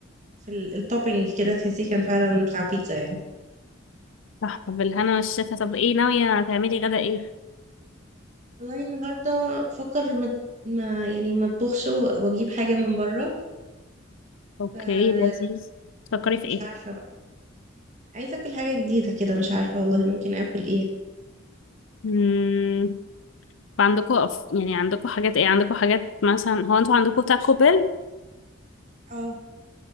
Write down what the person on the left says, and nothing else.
تحفة بالهنا والشفا طب ايه ناوية هتعملي غدا ايه؟
اوكي
لذيذ تفكري في ايه؟
مم. عندكم أف... يعني عندكم حاجات ايه عندكم حاجات مثلا هو انتوا عندكم تاكو بيل؟